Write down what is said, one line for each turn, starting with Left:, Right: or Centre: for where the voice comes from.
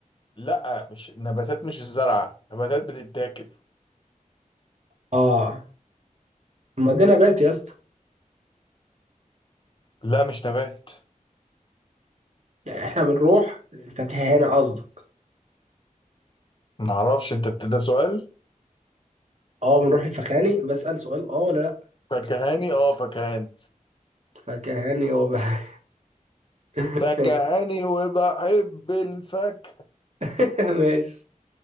Left: لا مش نباتات مش الزرع نباتات بتتاكل
Right: اه ما ده نبات يا اسطى
Left: لا مش نبات
Right: يعني احنا بنروح للفكهاني قصدي
Left: معرفش انت بت- ده سؤال
Right: اه بنروح للفكهاني بسأل سؤال اه ولا لا
Left: فكهاني اه فكهاني
Right: فكهاني هو بقى <laughs>
Left: فكهاني
Right: ماشي
Left: وبحب الفاكهة
Right: <laughs> ماشي